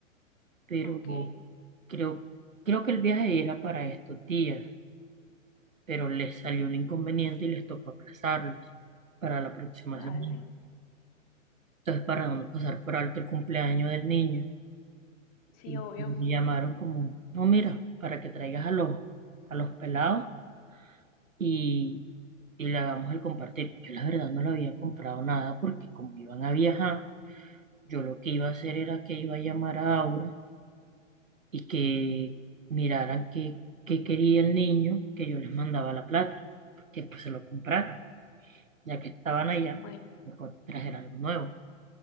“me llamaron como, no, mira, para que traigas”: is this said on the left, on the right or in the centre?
Right